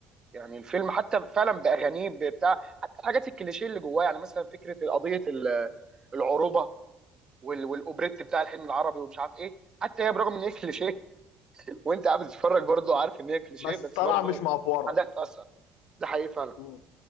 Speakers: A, on the right; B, on the left.
A: يعني الفيلم حتى فعلا باغانيه بتاع حتى الحاجات الكليشيه اللي جواه يعني مثلا فكره قضيه ال- العروبه وال- والاوبريت بتاع الحلم العربي ومش عارف ايه حتى هي برغم ان هي كليشيه <laughs> وانت قاعد بتتفرج برضه عارف ان هي كليشيه
B: بس
A: بس
B: طالعه
A: برضه
B: مش معفوره
A: عندها تتاثر ده حقيقي فعلا
B: مم.